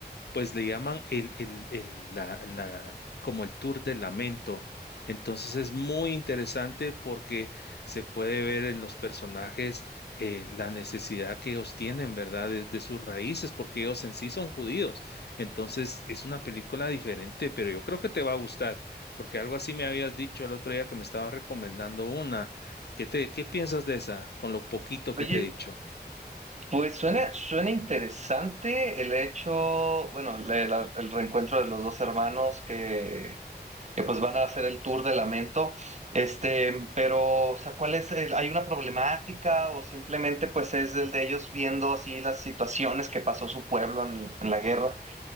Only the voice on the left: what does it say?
pues le llaman el, el, el- la, la- como el tour del lamento. Entonces es muy interesante porque se puede ver en los personajes eh, la necesidad que ellos tienen, ¿verdad? De, de sus raíces, porque ellos en sí son judíos. Entonces es una película diferente, pero yo creo que te va a gustar, porque algo así me habías dicho el otro día que me estabas recomendando una. ¿Qué te, qué piensas de esa con lo poquito que
te he dicho?